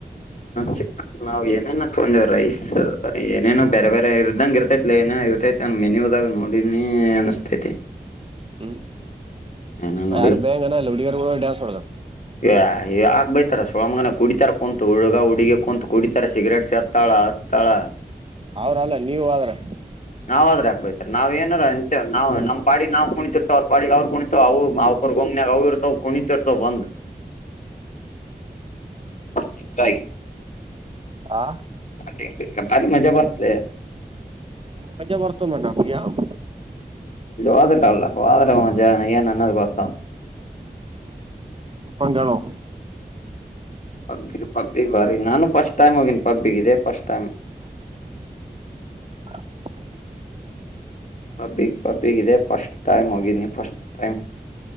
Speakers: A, on the left (about 45°); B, on the right (about 35°).
A: ಚಿಕ್ ನಾವ ಏನೇನೋ ತೊಂಡೀವ್ ರೈಸ್. ಏನೇನೋ ಬ್ಯಾರೆ ಬ್ಯಾರೆ ಇರ್ದಂಗ ಇರ್ತೈಲೆ ಏನ ಇರ್ತೈತ ಯಾನ್ ಮೇನ್ಯೂದಾಗ ನೋಡಿನಿ ಅನಸ್ತೈತಿ.
B: ಹ್ಮ್
A: ಏನ ನೋಡಿ
B: ಯಾರು ಬೈಯಂಗೇನ ಅಲ್ ಹುಡ್ಗ್ಯರು ಡ್ಯಾನ್ಸ್ ಹೊಡ
A: ಯಾ ಯಾಕ್ ಬೈತರ್ <unintelligible> ಕುಡಿತಾರ ಕುಂತು ಹುಡುಗ ಹುಡುಗಿ ಕುಂತ ಕುಡಿತಾರ ಸಿಗರೇಟ್ ಸೆತ್ತಳ ಅ ಸ್ತಳಾ
B: ಅವ್ರ ಅಲ್ಲ ನೀವ ವಾದ್ರಾ.
A: ನಾವ ಹ್ವಾದ್ರ ಯಾಕ್ ಬೈತರ್ ನಾವ್ ಏನರ ಅಂತೇವೇನ ನಾವು ನಮ್ ಪಾಡಿಗ್ ನಾವು ಕುಣಿತೀರ್ತೆವ್ ಅವ್ರ ಪಾಡಿಗ ಅವ್ರ ಕುಣಿತವ ಅವು ಅವಕುರ್ ಗುಮ್ನಿಯಾಗ ಅವು ಇರ್ತವ ಕುಣಿತಿರ್ತವ ಬಂದ. ಹಿಂಕಾಯಿ.
B: ಆ
A: ಅದೆ <unintelligible> ಭಾರಿ ಮಜಾ ಬರ್ತಲೆ.
B: ಮಜಾ ಬರ್ತದ ನೋಡ್ ನಮಗ್ ಯಾಂವ್.
A: ಇದು ವ್ಹದ್ರತಲ್ಲ ವ್ಹಾದ್ರ ಮಜ ಏನ್ ಅನ್ನದ ಗೊತ್ತ
B: ಒಂದೇಳೋ.
A: ಹಪ್ಪಿಗ್ ಪಬ್ಬಿಗ ಬಾರಿ ನಾನು ಫಸ್ಟ್ ಟೈಮ್ ಹೋಗಿನಿ ಪಬ್ಬಿಗಿ ಇದೆ ಫಸ್ಟ್ ಟೈಮ್.
B: <inaudible>
A: ಪಪ್ಪಿಗಿ ಪಬ್ಬಿಗಿ ಇದೆ ಫಸ್ಟ್ ಟೈಮ್ ಹೋಗಿನಿ ಫಸ್ಟ್ ಟೈಮ್.